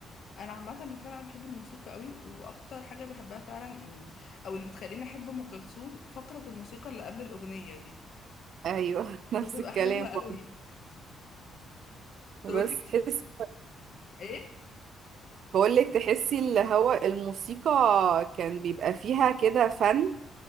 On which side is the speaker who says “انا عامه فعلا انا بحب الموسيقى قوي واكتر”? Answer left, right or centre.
Left